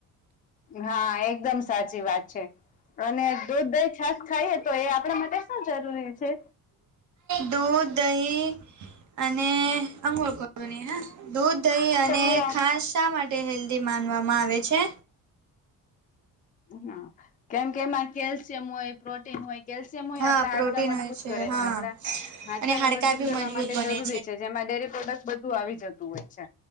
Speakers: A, on the left; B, on the right.
A: હા એકદમ સાચી વાત છે. અને દૂધ, દઇ, છાસ ખાઈએ તો એ આપડા માટે શું જરૂરી છે?
B: દૂધ, દયી અને અંગુળ કટોરી હા. દૂધ, દયી અને
A: તો હા
B: ખાસ શા માટે હેલ્ધી માનવામાં આવે છે?
A: હા, કેમ કે એમાં કેલ્શિયમ હોય, પ્રોટીન હોય કેલ્શિયમ હોય
B: હા
A: એ આપડા
B: પ્રોટીન
A: હાડકા મજબૂત
B: હોય
A: કરે
B: હા
A: છે. આપડા હાડકાને
B: અને હાડકા
A: મજબૂત
B: બી
A: કરવા માટે
B: બને
A: એ જરૂરી છે, જેમાં ડેરી પ્રોડક્ટ બધું આવી જતું હોય છે.